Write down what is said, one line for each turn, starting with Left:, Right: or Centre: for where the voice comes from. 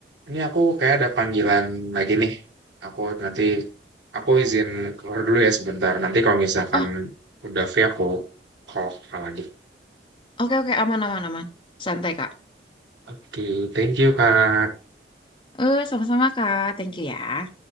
Right: ini aku kayak ada panggilan lagi nih. Aku nanti aku izin keluar dulu ya sebentar, nanti kalau misalkan
Left: Oh,
Right: udah free aku call Kakak lagi.
Left: oke oke aman aman aman. Santai Kak.
Right: Oke, thank you, Kak.
Left: Eh, sama-sama Kak. Thank you ya.